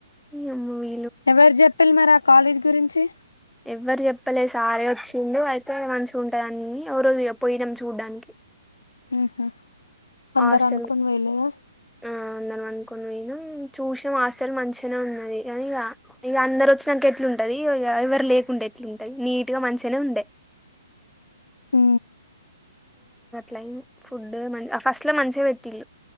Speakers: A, in the centre; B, on the left (about 80°).
A: నీ అమ్మాయ్
B: ఎవరు చెప్పిలు మరి ఆ కాలేజ్ గురించి చి
A: ఎవ్వరు చెప్పలే సారే వచ్చిడు అయితే మంచిగాగుంటుదన్ని ఓ రోజు పోయినాం చూడ్డానికి
B: ఉహు అందరు
A: హాస్టల్
B: అనుకోని పోయిండుగా
A: ఆ అందని అనుకోని పోయనం చూసిన హాస్టల్ మంచిగానే ఉన్నది కానీ ఇక ఇక అందరు వచ్చినాక ఎట్లుంటది ఎవరు లేకుండే ఎట్లుంటది నీట్గా మంచిగానే ఉండే
B: అ
A: లన్ ఫుడ్ మ ఫస్ట్ లో మంచిగా పెట్టిళ్ళు